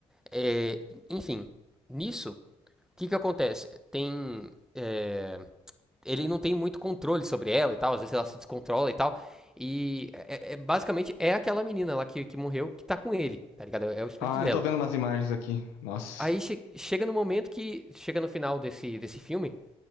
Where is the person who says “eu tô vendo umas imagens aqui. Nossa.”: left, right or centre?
Left